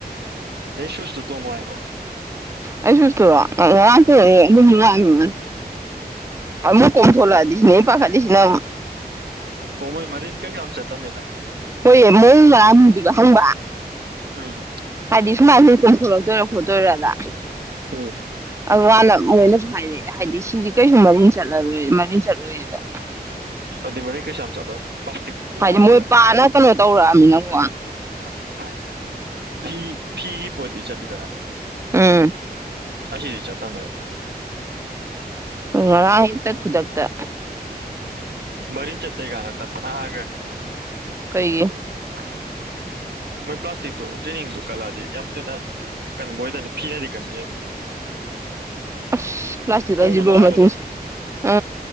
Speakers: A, on the right; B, on the right.
A: ꯅ ꯁꯨꯁꯇꯨ ꯇꯣꯅꯣ ꯍꯥꯏꯕꯣ
B: ꯑꯩ ꯁꯨꯇꯣꯔꯣ ꯉꯥꯛꯇ ꯑꯗꯨꯝꯁꯨ ꯂꯥꯛꯃꯤꯅꯦ ꯑꯃ ꯀꯣꯊꯣꯂꯗꯤꯁꯤ ꯄꯥꯈꯥꯁꯤꯅ
A: ꯀꯣꯃꯣꯏ ꯃꯔꯤꯟ ꯀꯩ ꯑꯝꯁ ꯇꯝꯅꯤꯗ
B: ꯍꯣꯏꯌꯦ ꯃꯣꯜꯅ ꯑꯔꯥꯟꯕꯗꯨꯅꯣ ꯍꯪꯕ
A: ꯎꯝ
B: ꯍꯥꯏꯗꯤ ꯁꯨꯃꯥꯏꯅ ꯂꯤꯇꯣꯟꯊꯣꯔꯛꯇꯣꯏꯔ ꯈꯣꯠꯇꯣꯏꯔꯗ
A: ꯎꯝ
B: ꯑꯗꯨ ꯍꯅ ꯃꯣꯏꯅꯁꯨ ꯍꯥꯏꯔꯛꯑꯦ ꯍꯥꯏꯗꯤ ꯁꯤꯗꯤ ꯀꯔꯤꯁꯨ ꯃꯔꯤꯟ ꯆꯠꯂꯔꯨ ꯃꯔꯤ ꯆꯠꯂꯨꯏꯁꯤꯗ
A: ꯑꯗꯨꯩ ꯃꯔꯤꯡ ꯀꯩꯁꯥ ꯆꯠꯂꯣ ꯄ꯭ꯂꯥꯁꯇꯤꯛ ꯀ ꯃꯌꯥꯝ
B: ꯃꯣꯏ
A: ꯑꯣꯏꯕꯅꯤ
B: ꯄꯥꯅ ꯀꯩꯅꯣ ꯇꯧꯔꯛꯑꯃꯤꯅꯀꯣ
A: ꯎꯝ ꯐꯤ ꯐꯤꯒꯤ ꯄꯣꯗꯤ ꯆꯠꯗꯔ
B: ꯎꯝ
A: ꯑꯁꯤꯆꯥꯥ ꯊ
B: ꯉꯔꯥꯡ ꯍꯦꯛꯇ ꯈꯨꯗꯛꯇ
A: ꯃꯔꯤ ꯆꯠꯇ ꯑꯩ ꯀꯅ ꯇꯠꯇꯅꯥ ꯍꯥꯡꯒꯅꯤ
B: ꯀꯩꯒꯤ
A: ꯑ ꯃꯣꯏ ꯄ꯭ꯂꯥꯁꯇꯤꯛꯇꯣ ꯇ꯭ꯔꯦꯅꯤꯡꯗꯣ ꯀꯜꯂꯛꯑꯗꯤ ꯌꯥꯝ ꯊꯨꯅ ꯀꯟꯕ ꯑꯣꯏꯗꯕꯅꯤ ꯐꯤꯅꯗꯤ ꯀꯟꯕꯤ ꯍꯥꯏꯕꯅꯤ
B: ꯑ ꯄ꯭ꯂꯥꯁꯇꯛ ꯂꯁꯤ
A: ꯇꯣꯡꯕ ꯅꯨꯡꯉꯥꯏꯕꯗꯣ
B: ꯂ ꯇꯨꯡ ꯑ